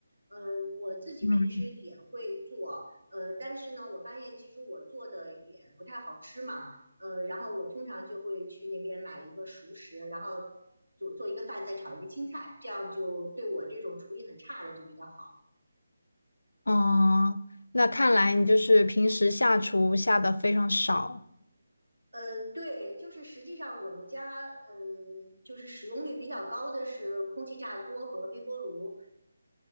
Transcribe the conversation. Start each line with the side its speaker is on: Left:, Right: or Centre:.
Right: 呃，我自己平时也会做，
Left: 嗯，
Right: 呃，但是呢，我发现其实我做的也不太好吃嘛。呃，然后我通常就会去那边买一个熟食，然后做做一个饭，再炒一个青菜，这样就对我这种厨艺很差的就比较好。
Left: 嗯，那看来你就是平时下厨下的非常少。
Right: 呃，对，就是实际上我们家呃，就是使用率比较高的是空气炸锅和微波炉。